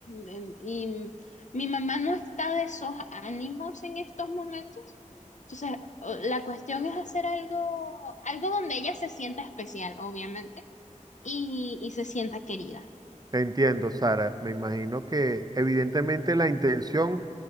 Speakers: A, on the left; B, on the right.
A: Eh, Y mi mamá no está de esos ánimos en estos momentos. Entonces, o- la cuestión es hacer algo, algo donde ella se sienta especial, obviamente, y, y se sienta querida.
B: te entiendo, Sara. Me imagino que evidentemente la intención